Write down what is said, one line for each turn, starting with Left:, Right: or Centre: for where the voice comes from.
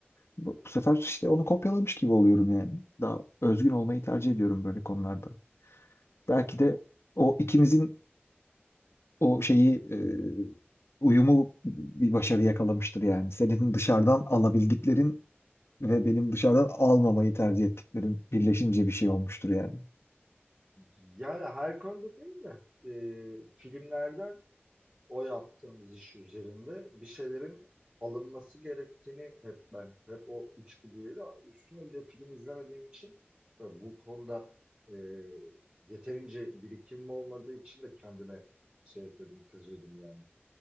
Left: bu, bu sefer işte onu kopyalamış gibi oluyorum yani. Daha özgün olmayı tercih ediyorum böyle konularda. Belki de o ikimizin o şeyi e, uyumu bir başarı yakalamıştır yani. Senin dışarıdan alabildiklerin ve benim dışarıdan almamayı tercih ettiklerim birleşince bir şey olmuştur yani.
Right: Yani her konuda değil de e, filmlerden o yaptığımız iş üzerinde bir şeylerin alınması gerektiğini hep ben, hep o içgüdüyle de üstüne bir de film izlemediğim için e, bu konuda e, yeterince birikimim olmadığı için de kendime şey yapıyordum, kızıyordum yani.